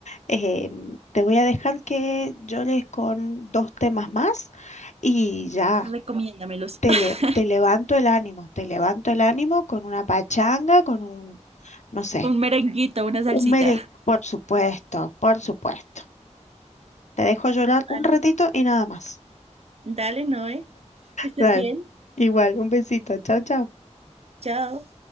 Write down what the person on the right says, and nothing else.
recomiéndamelos.
<laughs>
Un merenguito, una salsita.
Dale,
dale, Noé. Que Estés
bien.
Chao.